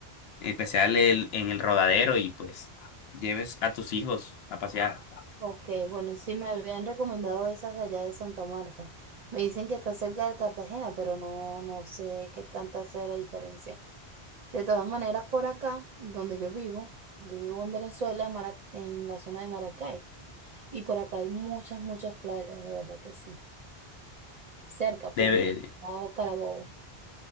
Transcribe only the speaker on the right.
Ok, bueno, sí me habían recomendado esas de allá de Santa Marta. Me dicen que está cerca de Cartagena, pero no, no sé qué tanta sea la diferencia. De todas maneras, por acá, donde yo vivo, yo vivo en Venezuela, Mara- en la zona de Maracay, y por acá hay muchas, muchas playas, de verdad que sí. Cerca, pues,
en el Bajo Carabobo.